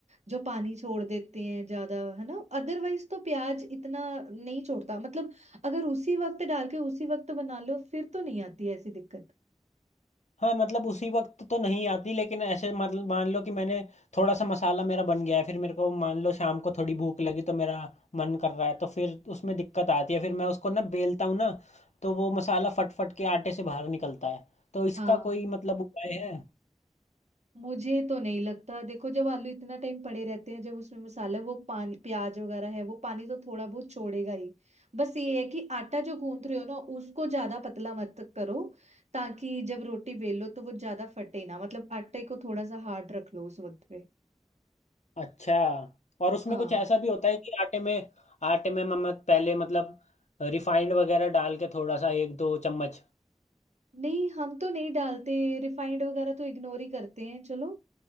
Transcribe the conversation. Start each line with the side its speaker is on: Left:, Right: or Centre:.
Right: जो पानी छोड़ देते हैं ज्यादा है ना अदरवाइज तो प्याज इतना नहीं छोड़ता मतलब अगर उसी वक्त डाल के उसी वक्त बना लो फिर तो नहीं आती ऐसी दिक्कत
Left: हाँ मतलब उसी वक्त तो नहीं आती लेकिन ऐसे मतलब मान लो कि मैंने थोड़ा सा मसाला मेरा बन गया है फिर मेरे को मान लो शाम को थोड़ी भूख लगी तो मेरा मन कर रहा है तो फिर उसमें दिक्कत आती है फिर मैं उसको ना बेलता हूँ ना तो वो मसाला फट फट के आटे से बाहर निकलता है तो इसका
Right: हाँ
Left: कोई मतलब उपाय है
Right: मुझे तो नहीं लगता देखो जब आलू इतना टाइम पड़े रहते हैं जब उसमें मसाला वो पानी प्याज वगैरह है वो पानी तो थोड़ा बहुत छोड़ेगा ही बस ये है कि आटा जो गूंथ रहे हो ना उसको ज्यादा पतला मत करो ताकि जब रोटी बेलो तो वो ज्यादा फटे ना मतलब आटे को थोड़ा सा हार्ड रख लो उस वक्त पे
Left: अच्छा और उसमें
Right: हाँ
Left: कुछ ऐसा भी होता है कि आटे में आटे में मैं मैं पहले मतलब रिफाइंड वगैरह डाल के थोड़ा सा एक दो चम्मच
Right: नहीं हम तो नहीं डालते रिफाइंड वगैरह तो इग्नोर ही करते हैं चलो